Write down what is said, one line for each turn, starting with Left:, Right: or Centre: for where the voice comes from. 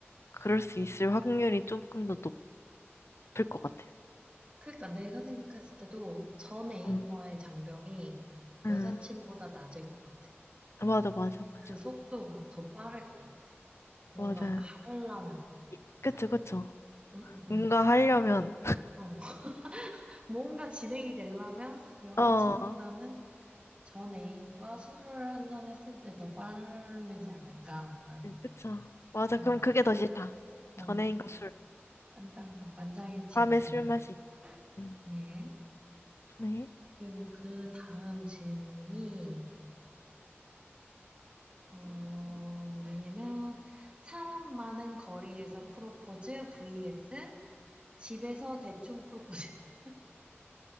Left: 그럴 수 있을 확률이 조금 더 높을 것 같아요.
Right: 그러니까 내가 생각했을 때도 전 애인과의
Left: 응,
Right: 장벽이
Left: 응.
Right: 여사친보다 낮을 것 같아.
Left: 맞아, 맞아, 맞아.
Right: 그 속도가 더 빠를 것 같아. 뭔가
Left: 맞아.
Right: 하려면,
Left: 이- 그쵸, 그쵸.
Right: 응, 응,
Left: 뭔가
Right: 응,
Left: 하려면,
Right: 어, <laughs> 뭔가 진행이 되려면 여사친보다는
Left: 어,
Right: 전 애인과 술을 한 잔 했을 때 더 빠르지 않을까라는,
Left: 그쵸. 맞아.
Right: 어,
Left: 그럼 그게 더 싫다.
Right: 어,
Left: 전 애인과 술.
Right: 땅땅땅 만장일치로
Left: 밤에
Right: 가겠습니다.
Left: 술 마시기. 응.
Right: 예.
Left: 네.
Right: 그리고 그 다음 질문이, 어, 뭐냐면, 사람 많은 거리에서 프로포즈 vs 집에서 대충 프로포즈. <laughs>